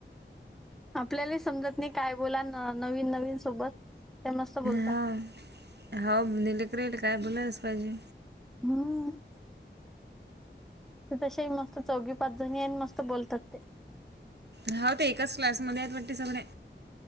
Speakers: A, in the centre; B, on the right (about 60°).
A: आपल्याला समजत नाही, काय बोला नवीन नवीन सोबत. ते मस्त बोलतात
B: हो हो, दिलेकर येल काय बोलालाच पाहिजे.
A: हम. ते तसे मस्त चौघी पाच जणी आहे, मस्त बोलतात ते.
B: हा ते एकाच क्लासमध्ये आहेत, वाटते सगळे.